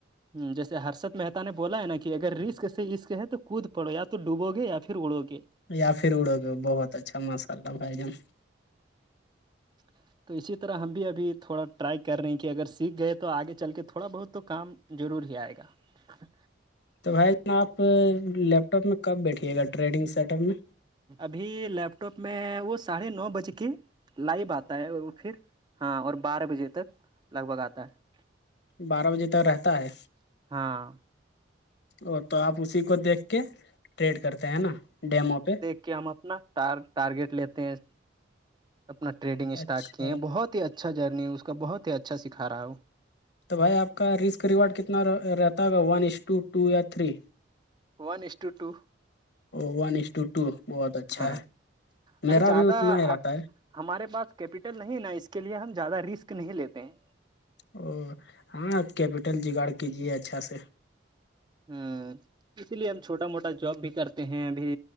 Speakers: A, on the right; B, on the left.
A: ج جیسےرد محت نے بولا ہے نا کہ اگر رسک سے اسسک ہے تو کود پڑو یا تو ڈوبو گے یا پھر اڑو گے
B: یا پھر اڑو گے بہت اچھا ماساء اللہ بھائی جان
A: ا تو اسی طرح ہم بھی ابھی تھوڑا ٹرائی کر رہے ہیں کہ اگر سیکھ گئے تو آگے چل کے تھوڑا بہت تو کام ضرور ہی آئے گا ںںں
B: تو بھائی آپ لیپ ٹاپ میں کب بیٹھیے گا ٹریڈنگ سیٹ اپ میں
A: ابھی لیپٹاپ میں وہ ساڑھے نو بج کے لائو آتا ہے پھر ہاں اور بارہ بجے تک لگ بھگ آتا ہے
B: بارہ بجے تک رہتا ہے
A: ہے ہاں
B: اور تو آپ اسی کو دیکھ کے ٹریڈ کرتے ہے نا ڈیمو پہ
A: کہ ہم اپنا ٹارگیٹ لیتے ہیں اپنا ٹریڈنگ اسٹارٹ
B: اچھا
A: کیے ہیں بہت ہی اچھا جرنی اس کا بہت ہی اچھا سکھا رہا وہ
B: تو بھائی آپ کا رسک ریوارڈ کتنا رہتا ہوگا ون ای ٹو ٹو یا three
A: one is to two
B: O one is to two بہت اچھا
A: ہاں
B: ہے میرا
A: ابھی زیادہ
B: بھی اتنا ہی رہتا
A: آپ
B: ہے
A: ہمارے پاس کیپیٹل نہیں نا اس کے لیے ہم زیادہ رسک نہیں لیتے ہیں
B: او ہاں کیپٹل ج گاڑ کیجیے اچھا سے
A: ہ اسی لیے ہم چھوٹا موٹا جاب بھی کرتے ہیں ابھی